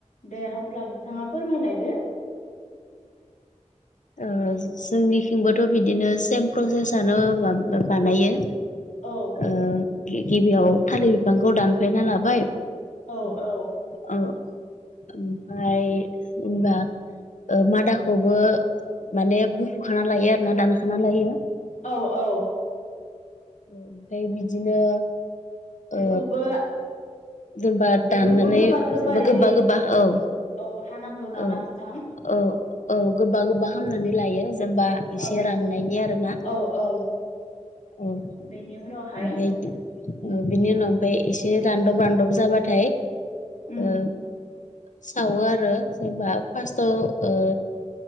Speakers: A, on the left; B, on the left.
A: दे अब्ला नोंथाङा फोरमायलायदो।
B: ओ जोंनिथिंबोथ' बिदिनो सेम प्रसेसआनो बा-बानायो।
A: औ
B: उम गिबियाव थालिर बिफांखौ दानफायना लाबाय।
A: औ औ
B: ओ ओमफ्राय होनबा ओ मादाखौबो माने बुफु खाना लायो आरोना दानखाना लायो
A: औ औ
B: ओमफ्राय बिदिनो ओ
A: बेखौबो
B: जेनेबा
A: बेखौबो
B: दाननानै
A: गोबा
B: जेनेबा
A: गोबायै
B: गोबा गोबा औ
A: औ हानांगौ नामा
B: औ
A: नोंथां?
B: औ औ गोबा गोबा हामनानै लायो जेनबा एसे
A: औ
B: राननायनि आरोना
A: औ औ
B: औ
A: बेनि उनावहाय
B: बायदि ओ बिनि उनाव ओमफ्राय एसे रानदब रानदब जाबाथाय
A: उम
B: ओ सावो आरो जेनबा फार्स्टाव ओ